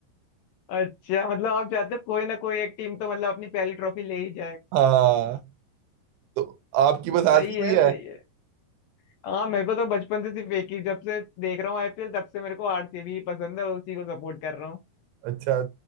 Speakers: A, on the left (about 80°); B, on the right (about 75°).
A: अच्छा मतलब आप चाहते हो कोई ना कोई एक टीम तो मतलब अपनी पहली ट्रॉफी ले ही जाए
B: हाँ तो आपकी बस
A: सही
B: आरसीबी
A: है
B: है
A: सही है हाँ मेरे को तो बचपन से सिर्फ एक ही जब से देख रहा हूँ आईपीएल तब से मेरे को आरसीबी पसंद है उसी को सपोर्ट कर रहा हूँ
B: अच्छा